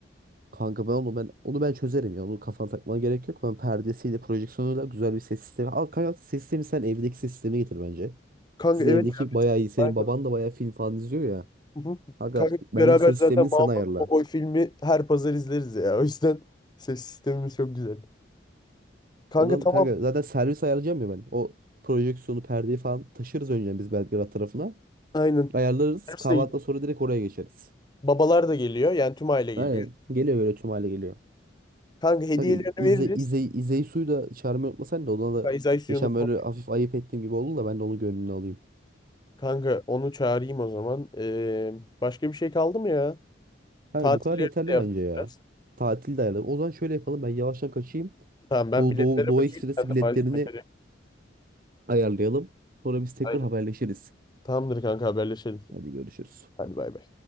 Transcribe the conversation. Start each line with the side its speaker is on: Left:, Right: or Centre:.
Right: kanka ben onu ben onu ben çözerim ya. Onu kafana takmana gerek yok. Ben perdesiyle, projeksiyonuyla güzel bir ses sistemi. Al kanka ses sistemi sen evdeki ses sistemi getir bence.
Left: Kanka
Right: Sizin
Left: evet.
Right: evdeki
Left: ya,
Right: bayağı iyi. Senin
Left: ben-
Right: baban da bayağı film falan izliyor ya.
Left: Hı hı.
Right: Kanka
Left: Kanka
Right: bence
Left: beraber
Right: ses
Left: zaten
Right: sistemini sen
Left: Mahmut
Right: ayarla.
Left: Kovboy filmi her pazar izleriz ya. O yüzden ses sistemimiz çok güzel. Kanka
Right: O zaman
Left: tamam.
Right: kanka zaten servis ayarlayacağım ya ben. O projeksiyonu, perdeyi falan taşırız önce biz Belgrad tarafına.
Left: Aynen.
Right: Ayarlarız.
Left: Hepsi
Right: Kahvaltıdan
Left: de gidiyor.
Right: sonra direkt oraya geçeriz.
Left: Babalar da geliyor. Yani tüm aile geliyor.
Right: Aynen. Geliyor böyle tüm hale geliyor.
Left: Kanka hediyelerini
Right: Kanka İze,
Left: veririz.
Right: İze, İzeyi suyu da çağırmayı unutmasan da ona
Left: Kaiser
Right: da geçen
Left: unutma.
Right: böyle hafif ayıp ettiğim gibi oldu da ben de onun gönlünü alayım.
Left: Kanka onu çağırayım o zaman. Ee, başka bir şey kaldı mı ya?
Right: Kanka
Left: Tatilleri
Right: bu kadar yeterli
Left: de yapacağız.
Right: bence ya. Tatil de ayarlayalım. O zaman şöyle yapalım ben yavaştan kaçayım.
Left: Tamam ben
Right: Bu
Left: biletlere
Right: Doğu, Doğu
Left: bakayım.
Right: Ekspresi
Left: Sen de
Right: biletlerini
Left: malzemeleri.
Right: ayarlayalım. Sonra biz tekrar
Left: Aynen.
Right: haberleşiriz.
Left: Tamamdır kanka haberleşelim.
Right: Hadi görüşürüz.
Left: Hadi bay bay.